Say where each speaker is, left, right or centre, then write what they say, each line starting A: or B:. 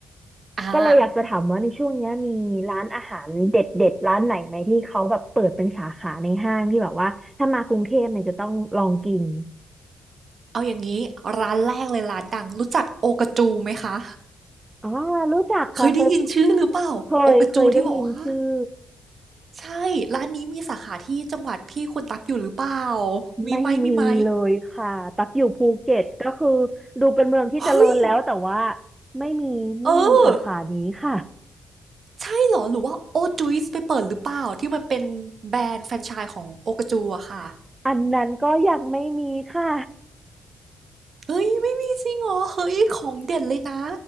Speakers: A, on the right; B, on the right.
A: อ่า
B: ก็เลยอยากจะถามว่าในช่วงเนี้ยมีร้านอาหารเด็ดเด็ดร้านไหนไหมที่เขาแบบเปิดเป็นสาขาในห้างที่แบบว่าถ้ามากรุงเทพเนี่ยจะต้องลองกิน
A: เอาอย่างนี้ร้านแรกเลยร้านดังรู้จักโอกาจูไหมคะ
B: อ๋อรู้จักค่ะเคย
A: เคยได้ยินชื่อหรือเปล่าโอกาจูที่บอกว่า
B: เคยเคยได้ยินชื่อ
A: ใช่ร้านนี้มีสาขาที่จังหวัดพี่คุณตักอยู่หรือเปล่ามีไหมมีไหม
B: ไม่มีเลยค่ะตักอยู่ภูเก็ตก็คือดูเป็นเมืองที่เจริญแล้วแต่ว่า
A: เฮ้ย
B: ไม่มีไม่มีสาขานี้ค่ะ
A: เออใช่เหรอหรือว่าโอจุยส์ไปเปิดหรือเปล่าที่มันเป็นแบรนด์แฟรนไชส์ของโอกาจูอะค่ะ
B: <laughs> อันนั้นก็ยังไม่มีค่ะ
A: เฮ้ยไม่มีจริงเหรอเฮ้ยของเด็ดเลยนะ